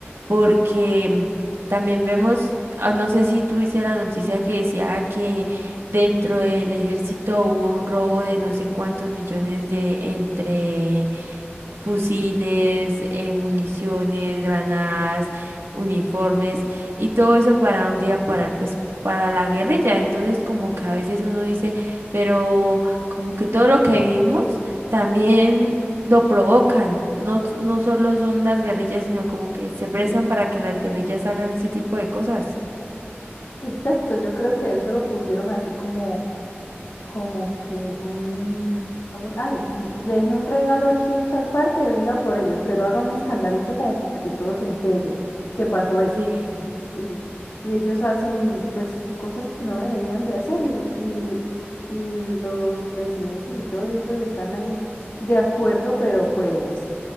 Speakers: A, on the right (about 75°); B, on the left (about 80°).
A: porque mm, también vemos, ah, no sé si tú viste la noticia que decía que dentro del ejército hubo un robo de no sé cuántos millones de entre fusiles, eh, municiones, granadas, uniformes y todo eso para un día parar, pues para la guerrilla. Entonces como que a veces uno dice, pero como que todo lo que vivimos también lo provocan. No, no solo son las guerrillas, sino como que se prestan para que las guerrillas hagan ese tipo de cosas.
B: Exacto, yo creo que eso lo pusieron así como, como que un, vamos, ay, le dejé un regalo aquí en tal parte, venga por ellos, pero haga un escandalito como para que todos se enteren que pasó eso.
A: Sí.
B: y, y ellos hacen pues cosas que no deberían de hacer y, y, y los presidentes y todos ellos están ahí de acuerdo, pero pues